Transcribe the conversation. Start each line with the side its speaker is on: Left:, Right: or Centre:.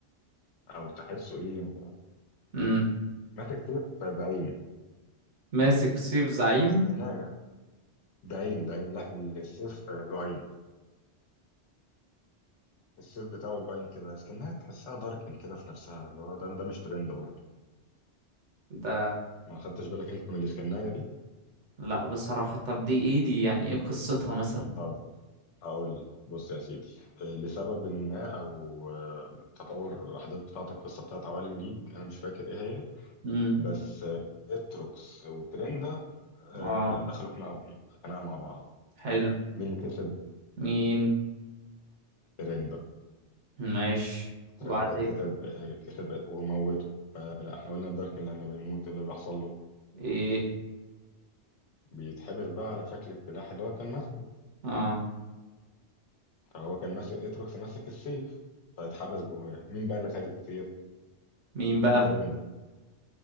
Left: او تحسه ايه
Right: امم
Left: ماسك سيف بعين
Right: ماسك سيف زعيم
Left: اسكنها بعين بعين لا السيف له عين السيف بتاعه له عين كده اسكنها تحسها داركن كده في نفسها اللي هو ده ده مش ترند برضه
Right: ده
Left: ما خدتش بالك انت من الاسكنايه دي
Right: لا بصراحه طب دي ايه دي يعني ايه قصتها مثلا
Left: طب هقول لك بص يا سيدي لسبب ما او تطور الاحداث بتاعه القصه بتاعه عوالم ليج انا مش فاكر ايه هي
Right: امم
Left: بس اتروكس والترند ده آه،
Right: اه
Left: دخلوا خناقه خناقه مع بعض
Right: حلو
Left: مين اللي كسب
Right: مين
Left: ترند
Right: ماشي
Left: ترند
Right: وبعدين
Left: كتب آه، كتب وموته فلا احنا قلنا الداركن لما بيموت إيه اللي بيحصل له
Right: ايه
Left: بيتحبس بقى على شكل السلاح اللي هو كان ماسكه
Right: اه
Left: فهو كان ماسك اتروكس ماسك السيف فاتحبس جواه مين بقى اللي خد السيف
Right: مين بقى
Left: ترند